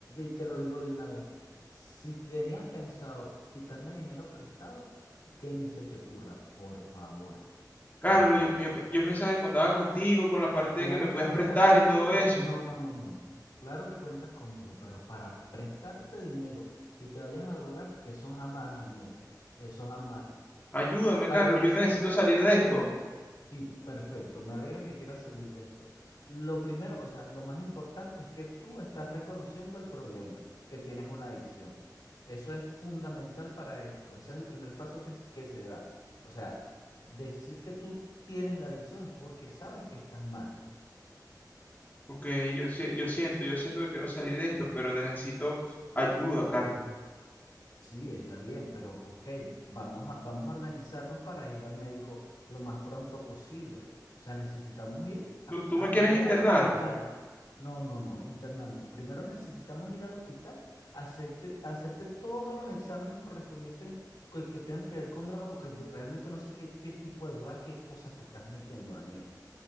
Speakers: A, on the left (about 80°); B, on the left (about 25°).
A: te lo digo de una vez. Si tenías pensado quitarme dinero prestado, que ni se te ocurra, por favor,
B: Carlos,
A: por favor.
B: yo, yo, yo pensaba que contaba contigo, con la parte
A: Claro
B: de que me podías
A: que cuentas
B: prestar
A: conmigo.
B: y todo eso.
A: No, no, no, no, no, no. Claro que cuentas conmigo, pero para prestarte dinero y te vayas a drogar, eso jamás, Daniel. Eso jamás.
B: Ayúdame,
A: Para
B: Carlos.
A: lo
B: Yo
A: que sí
B: necesito
A: cuentas
B: salir
A: conmigo,
B: de esto.
A: Sí, perfecto. Me alegra que quieras salir de esto. Lo primero, o sea, lo más importante es que tú estás reconociendo el problema, que tienes una adicción. Eso es fundamental para esto. Ese es el primer paso que, s- que se da. O sea, decir que tú tienes la adicción es porque sabes que estás mal.
B: Porque yo, si- yo siento, yo siento que quiero salir de esto, pero necesito ayuda, Carlos.
A: Sí, está bien, pero ok, vamos a, vamos a organizarnos para ir al médico lo más pronto posible. O sea, necesitamos ir a-
B: Tú, tú
A: a-
B: me quieres
A: primero
B: internar,
A: al hospital. No, no, no, interna no. Primero necesitamos ir al hospital, hacerte, hacerte todos los exámenes correspondientes que, que tengan que ver con drogas, porque de- realmente no sé qué, qué tipo de droga, qué cosas te estás metiendo, Daniel.